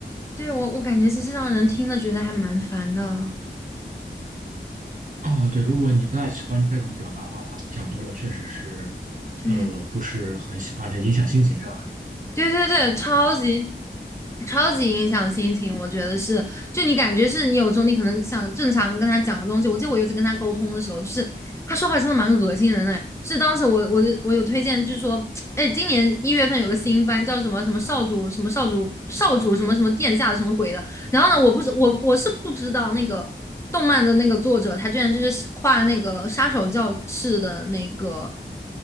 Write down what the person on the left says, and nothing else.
对，我我感觉其实让人听了觉得还蛮烦的。
对。
对对对，超级超级影响心情，我觉得是。就你感觉是你有时候你可能想正常跟他讲个东西，我记得我有一次跟他沟通的时候，就是他说话真的蛮恶心人的哎是当时我我我有推荐，就是说，哎，今年一月份有个新番叫什么什么少主什么少主少主什么什么殿下什么鬼的，然后呢，我不是我我是不知道那个动漫的那个作者，他居然就是画那个杀手教室的那个